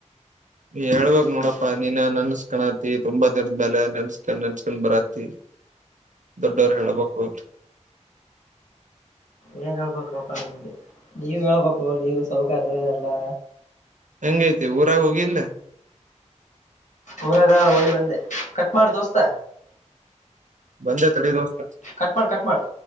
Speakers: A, on the right; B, on the left.
A: ಹೇಳ್ಬಕ್ ನೋಡಪ್ಪಾ ನೀನ್ ನನ್ಸ್ಕಣತಿ ತುಂಬಾ ತಿರ್ದ ಮೇಲೆ ನೆನ್ಸ್ಕಂಡ್ ನನ್ಸ್ಕಂಡ್ ಬರಾತಿ ದೊಡ್ಡವರು ಹೇಳೇಳ್ಬೇಕು
B: ಏನ್ ಹೇಳ್ಬೇಕು ಅಪ್ಪ ನಿಮಗೆ ನೀವ ಹೇಳ್ಬೇಕು ನೀವು ಸೌಕರ್ಯ ಎಲ್ಲಾ
A: ಹೆಂಗ ತಿ ಊರಾಗ ಹೋಗಿಲ್ಲ
B: ಊರಾಗ ಹೋಗಿ ಬಂದೆ ಕಟ್ ಮಾಡ ದೋಸ್ತ
A: ಬಂದೇ ತಡಿರೋ ದೋಸ್ತ
B: ಕಟ್ ಮಾಡ್ ಕಟ್ ಮಾಡ್